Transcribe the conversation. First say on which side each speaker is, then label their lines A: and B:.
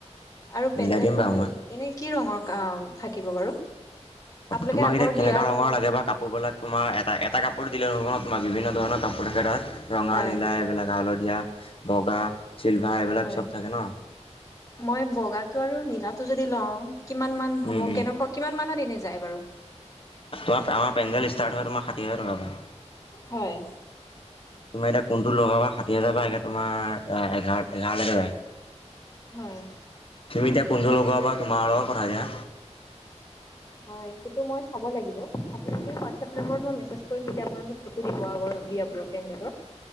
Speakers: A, on the left (about 30°); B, on the left (about 50°).
A: আৰু পেণ্ডেলটোৰ
B: মিলাই দিম বাৰু মই
A: এনে কি ৰঙৰ থাকিব বাৰু? আপোনালোকে
B: তোমাক
A: আগৰ
B: এতিয়া কেনেকা
A: দিয়াৰ
B: ৰংৰ
A: ধৰণ
B: লাগে বা কাপোৰ বিলাক তোমাৰ এটা এটা কাপোৰ দিলে নহব ন? বা বিভিন্ন ধৰণৰ কাপোৰ থাকে তাত ৰঙা
A: হয়
B: নীলা এইবিলাক হালধীয়া বগা চিলভাৰ এইবিলাক বিলাক
A: হয়
B: চব থাকে ন?
A: মই বগাটো আৰু নীলাটো যদি লওঁ কিমান মান
B: উম
A: হ'ব
B: উম
A: কেনেকুৱা কিমান মানত এনে যায় বাৰু?
B: তোমা আমা পেণ্ডেল ষ্টাৰ্ট হয় তোমাৰ ষাঠি হাজাৰ টাক পাই।
A: হয়
B: তোমাৰ এতিয়া কোনটো লগ পাবা ষাঠি হাজাৰ পৰা এতিয়া তোমাৰ এঘাৰ এঘাৰলৈকে যায়।
A: হয়।
B: তুমি এতিয়া কোনটো লগোৱা বা তোমাৰ লগত কথা এতিয়া
A: হয় সেইটো মই চাব লাগিব আপোনালোকে হোৱাটছ আপ নম্বৰত মই মেজ কৰিম তেতিয়া আপোনালোকে, ফটো দিব আগৰ বিয়া পেণ্ডডৰ।